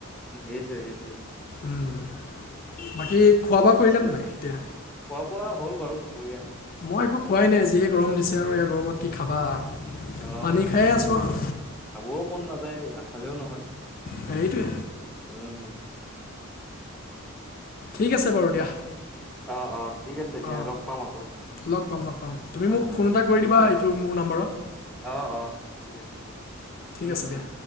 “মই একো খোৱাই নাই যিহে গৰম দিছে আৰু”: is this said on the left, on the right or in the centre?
Left